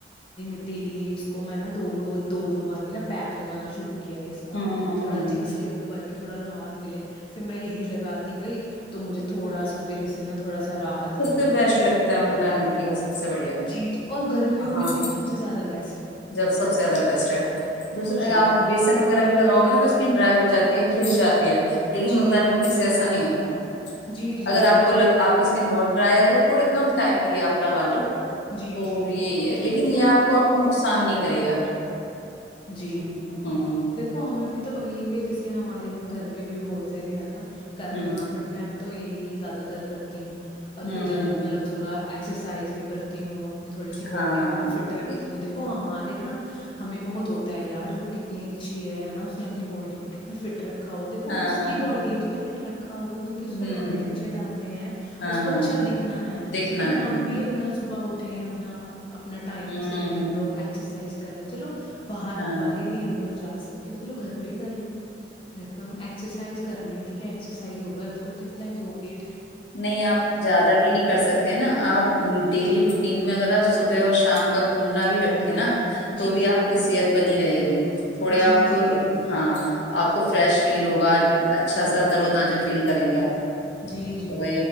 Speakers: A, on the left; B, on the left.
A: <inaudible> کو میں نا دو روز دو دو باری نا پیک لگانا شروع کیا اس کا
B: ہ
A: تھوڑا
B: ہ
A: چکس کے اوپر کہ تھوڑا راحت ملے پھر میں یہی لگا آتی گئی تو مجھے تھوڑا سا پھر اس اس سے نا تھوڑا سا رحت
B: س بیسٹ لگتا ہے ملتانی مٹی کا سب سے بڑھیا
A: جی جی اور گرمیوں
B: ہاں
A: میں تو یہ سب سے زیادہ بیسٹ ہے
B: جب سب سے زیادہ بیسٹ ہے دوسرا
A: جی
B: آپ بیسن وغیرہ بھی لگاؤ گے اسکن ڈرائی ہو جاتی ہے کھس جاتی ہے لیکن
A: جی
B: ملتانی مٹی سے ایسا نہیں ہوتا <inaudible>
A: جی جی
B: اگر
A: اس
B: آپ
A: میں
B: کو
A: تھوڑا
B: لگ آپ کی اسکن بہت ڈرائی ہے تو تھوڑے کم ٹائم کے لیے آ لگا لو
A: جی
B: تو
A: جی
B: یہی ہے لیکن لیکن یہ آپ کو آپ کو نقصان نہیں کرے گا
A: جی
B: ہ ہوں
A: دیکھو ہمیں بھی تو وہی پہ جیسے ہمارے گھر پہ بھی بولتے تھے نا کرنا
B: ہوں
A: بٹ میں تو یہی زیادہ تر کرتی ہوں اور
B: ہوں
A: خود مطلب
B: ہوں
A: سوا ایک اسرسائز بھی کرتی ہوں اب تھوڑی سی باڈی
B: ہاں
A: کو بھی فٹ
B: ہ
A: رکھتی ہوں دیکو ہمار نا ہمیں بہت ہوتا ہے یار وہ کتنی اچھی ہےا میں اپنی باڈی کو کتنا فٹ رکھا دیکو
B: ہاں
A: اس کی باڈی ہے اس نے فٹ رکھ کھا ہوا کیونکہ
B: ہوں
A: اس کو کپڑے
B: ہاں
A: اچھے ڈالنے ہیں
B: ہاں،
A: اس کو اچھا دکھنا ہے
B: دیکھنا
A: اگر
B: ہے
A: ہم بھی اپنا صبح اٹھیں اپنا اپنا ٹائم
B: ہ
A: سے ہم لوگ ایکسرسائز کریں چلو باہر
B: ہاں
A: باہر نہیں ہم لوگ جو آ سکتے ہیں چلو گھر پہ ہی کر لیں گھر پہ ہم ایکسرسائز کر لیں ٹھیک ہے ایکسرسائز ہوگ ا کل تو نہ یگی
B: نہیں آپ زیادہ بھی نہیں کر سکتے نا آپ ڈیلی روٹین میں اگر آپ صبح اور شام کا گھومنا بھی رکھیں نا
A: جی
B: تو بھی
A: جی
B: آپ کی صحت بنی رہے گی تھوڑے
A: جی
B: آپ
A: جی
B: ہاں آپ کو فریش فیل ہوگا اچھا سا ترو تازہ فیل کریں گے آپ
A: جی
B: تو وہ